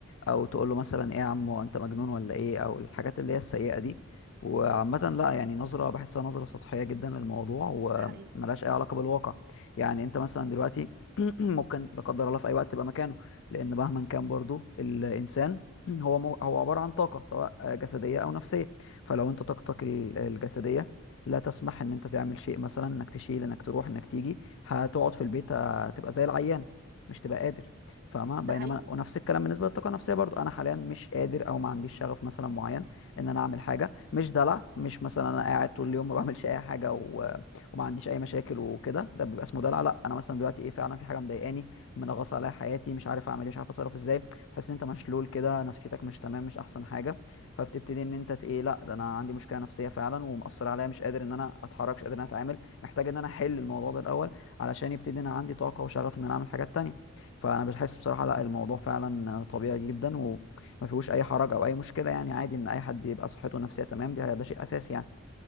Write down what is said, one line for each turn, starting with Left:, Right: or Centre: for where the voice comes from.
Left: او تقول له مثلا ايه يا عم هو انت مجنون ولا ايه او الحاجات اللي هي السيئه دي وعامة لا يعني نظرة بحسها نظرة سطحية جدا للموضوع
Right: حقيقي
Left: وملهاش أي علاقة بالواقع يعني أنت مثلا دلوقتي <clears throat> ممكن لا قدر الله في أي وقت تبقى مكانه لأن مهما كان برضو الإنسان <clears throat> هو مو- هو عبارة عن طاقة سواء جسدية أو نفسية فلو أنت طاقتك ال- الجسدية لا تسمح إن أنت تعمل شيء مثلا إنك تشيل إنك تروح إنك تيجي هتقعد في البيت هتبقى زي العيان مش تبقى قادر فاهمه بينما
Right: ده حقيقي
Left: ونفس الكلام بالنسبه للطاقه النفسيه برضو انا حاليا مش قادر او ما عنديش شغف مثلا معين ان انا اعمل حاجه مش دلع مش مثلا انا قاعد طول اليوم ما بعملش اي حاجه و... وما عنديش اي مشاكل وكده ده بيبقى اسمه دلع لا انا مثلا دلوقتي ايه فعلا في حاجه مضايقاني منغص عليا حياتي مش عارف اعمل ايه مش عارف اتصرف ازاي تحس ان انت مشلول كده نفسيتك مش تمام مش احسن حاجه فبتبتدي ان انت ت- ايه لا ده انا عندي مشكله نفسيه فعلا ومأثر عليا مش قادر ان انا اتحرك مش قادر ان انا اتعامل محتاج ان انا احل الموضوع ده الاول علشان يبتدي ان انا عندي طاقه وشغف ان انا اعمل حاجات تانية فانا بحس بصراحه لا الموضوع فعلا طبيعي جدا وما فيهوش اي حرج او اي مشكله يعني عادي ان اي حد يبقى صحته النفسيه تمام دي ده شيء اساسي يعني